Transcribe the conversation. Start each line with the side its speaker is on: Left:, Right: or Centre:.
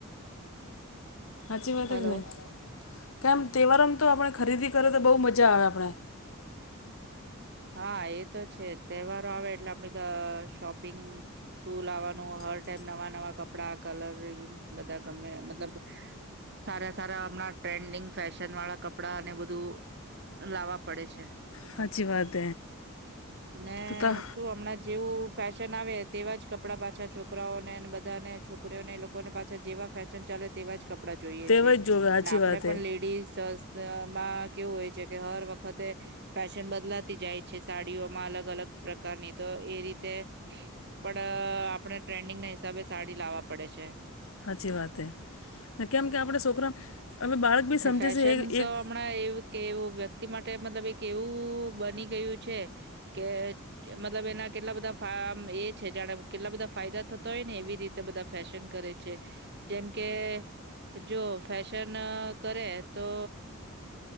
Left: સાચી વાત
Right: હલો
Left: જ નહીં કેમ તહેવારોમ તો આપણે ખરીદી કરે તો બહુ મજા આવે આપણે
Right: હા એ તો છે તહેવારો આવે એટલે ગ આપણે શોપિંગ શું લાવવાનું હર ટાઈમ નવા નવા કપડા કલરંગ બધા ગમે મતલબ સારા સારા હમણાં ટ્રેન્ડિંગ ફેશન વાળા કપડા ને બધું. લાવવા પડે છે.
Left: સાચી વાત.
Right: અને
Left: તો તા
Right: શું હમણાં જેવું ફેશન આવે તેવા જ કપડાં પાછા છોકરાઓને બધાને છોકરીઓને લોકોને પાછા જેવા ફેશન ચાલે તેવા જ કપડાં જોઈએ
Left: તહેવાર
Right: છે
Left: જ જોવે સાચી
Right: ને આપડે
Left: વાત
Right: પણ
Left: હે
Right: લેડીઝ દઅમાં કેવું હોય છે કે હર વખતે ફેશન બદલા સાડીઓમાં અલગ અલગ પ્રકારની તો એ રીતે પણ આપણે ટ્રેન્ડિંગ ના હિસાબે સાડી લાવવા પડે છે.
Left: સાચી વાત હ કેમ કે આપડ છોકરા અવે બાળક બી
Right: ને
Left: સમજે
Right: ફેશન
Left: છે
Right: તો
Left: એક
Right: હમણાં એવું કે વ્યક્તિ માટે મતલબ એક એવું બની ગયું છે કે મતલબ એના કેટલા બધા ફાર્મ એ છે જાણે કેટલા બધા ફાયદા થતા હોય ને એવી રીતે. બધા ફેશન કરે છે જેમ કે જો ફેશન કરે તો